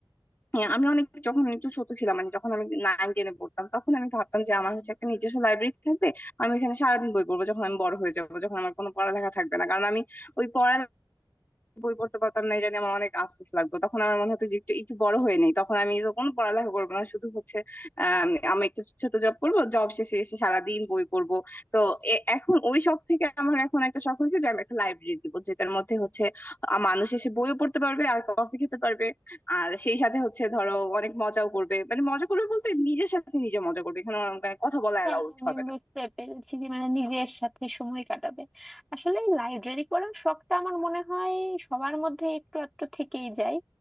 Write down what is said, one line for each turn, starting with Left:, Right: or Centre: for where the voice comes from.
Left: হ্যাঁ, আমি অনেক যখন একটু ছোট ছিলাম মানে যখন আমি নাইন টেনে পড়তাম তখন আমি ভাবতাম যে আমার হচ্ছে একটা নিজস্ব লাইব্রেরি থাকবে আমি এখানে সারাদিন বই পড়বো যখন আমি বড় হয়ে যাবো যখন আমার কোনো পড়ালেখা থাকবে না কারণ আমি ওই পড়া বই পড়তে পারতাম না এটা নিয়ে আমার অনেক আফসোস লাগতো তখন আমার মনে হতো যে একটু একটু বড় হয়ে নেই তখন আমি তখন পড়ালেখা করবো না শুধু হচ্ছে আম, আমি একটু ছোট জব করবো জব শেষে এসে সারাদিন বই পড়বো তো এ- এখন ওই শখ থেকে আমার এখন একটা শখ হয়েছে যে আমি একটা লাইব্রেরি দিব যেটার মধ্যে হচ্ছে আ, মানুষ এসে বইও পড়তে পারবে আর কফি খেতে পারবে আর সেই সাথে হচ্ছে ধরো অনেক মজাও করবে মানে মজা করবে বলতে নিজের সাথে নিজে মজা করবে এখানে আমার মানে কথা বলা অ্যালাউড
Centre: হ্যাঁ আমি
Left: হবে
Centre: বুঝতে
Left: না
Centre: পেরেছি যে মানে নিজের সাথে সময় কাটাবে আসলে লাইব্রেরি পড়ার শখটা আমার মনে হয় সবার মধ্যে একটু একটু থেকেই যায়